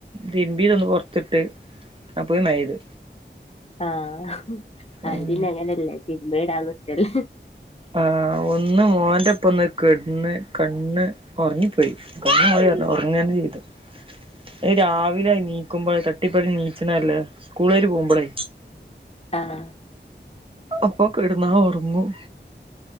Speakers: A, on the right; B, on the left.
A: തിര്ബിതൊന്ന് പുറത്തിട്ട് അപക്ക് മയെയ്തു.
B: ആഹ് അഹ്പിന്നങ്ങനല്ലേ
A: ഉം
B: തിരുമ്പി ടാനിക്കല്ലേ.
A: ആ ഒന്ന് മോന്റെപ്പന്ന് കെടന്ന്കണ്ണ് ഒറങ്ങി പോയി. പോയി ഒന്ന് ഒറങ്ങന്നെയ്തു. അഹ് രാവിലെ നീക്കുമ്പോ തട്ടിപ്പടഞ്ഞ് നീച്ച്ണല്ലേ സ്കൂളേര് പോകുമ്പളേയ്.
B: ആഹ്.
A: അപ്പൊ കെടന്നാ ഒറങ്ങും.